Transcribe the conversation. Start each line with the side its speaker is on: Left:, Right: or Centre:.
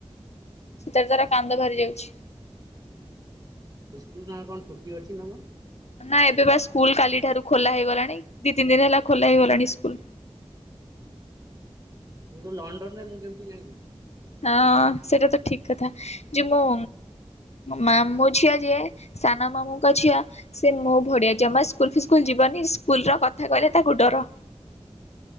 Left: ଶୀତରେ ତାର କାନ୍ଦ ବାହାରି ଯାଉଛି।
Right: ଇସ୍କୁଲ୍ ନା କଣ ଛୁଟି ଅଛି ନା କଣ?।
Left: ନା, ଏବେ ବା ସ୍କୁଲ କାଲି ଠାରୁ ଖୋଲା ହେଇଗଲାଣି ଦି, ତିନି ଦିନ ହେଲା ଖୋଲା ହେଇଗଲାଣି
Right: ହୁଁ
Left: ସ୍କୁଲ।
Right: ମୁଁ ତ ଲଣ୍ଡନ୍ ରେ ମୁଁ କେମିତି ଜଣିବି।
Left: ହଁ, ସେଇଟା ତ ଠିକ୍ କଥା ଯେ ମୁଁ। ମାମୁ ଝିଅ ଯିଏ। ସାନ ମାମୁଁଙ୍କ ଝିଅ ସେ ମୋ ଭଳୀଆ।
Right: ହୁଁ,
Left: ଜମା ସ୍କୁଲ୍ ଫି ସ୍କୁଲ୍ ଯିବନି ସ୍କୁଲ ର କଥା କହିଲେ ତାକୁ ଡର।